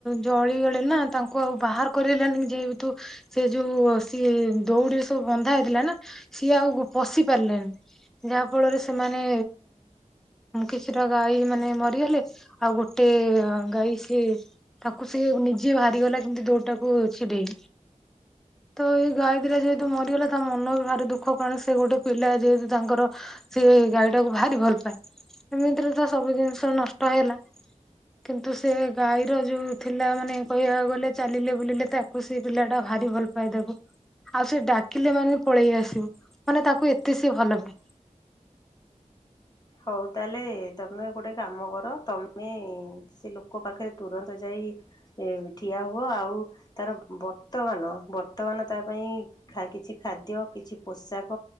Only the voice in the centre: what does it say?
ଜଳିଗଲେ ନା ତାଙ୍କୁ ଆଉ ବାହାର କରିଲେଣିି ଯେହେତୁ ସେ ଯୋଉ ସିଏ ଦଉଡିରେ ସବୁ ବନ୍ଧା ହେଇଥିଲା ନା। ସିଏ ଆଉ ପଶି ପାରିଲାନି ଯାହା ଫଳରେ ସେମାନେ କିଛିଟା ଗାଈ ମାନେ ମ ଗଲେ ଆଉ ଗୋଟେ, ଗାଈ ସିଏ ତାଙ୍କୁ ସି ନିଜେ ବାହାରି ଗଲା କେମତି ଦୋଉଡିଟାକୁ ଛିଡେଇ ତ ଏଇ ଗାଈ ଦିଟା ଯେହେତୁ ମରିଗଲେ, ତା ମନ ବି ଭାରି ଦୁଃଖ କଣ ସେ ଗୋଟେ ପିଲା ଯେହେତୁ ତାଙ୍କର ସେ ଗାଈ ଟାକୁ ଭାରି ଭଲ ପାଏ। ଏମିତିରେ ତ ସବୁ ଜିନିଷ ନ କଷ୍ଟ ହେଲା କିନ୍ତୁ ସେ ଗାଈର ଯୋଉ ଥିଲା ମାନେ କହିବାକୁ ଗଲେ ଚାଲିଲେ ବୁଲିଲେ ତାକୁ ସେ ପିଲା ଟା ଭାରି ଭଲ ପାଏ ତାକୁ ଆଉ ସେ ଡାକିଲେ ମାନେ ପଳେଇ ଆସିବୁ ମାନେ ତାକୁ ଏତେ ସିଏ ଭଲ ପାଏ।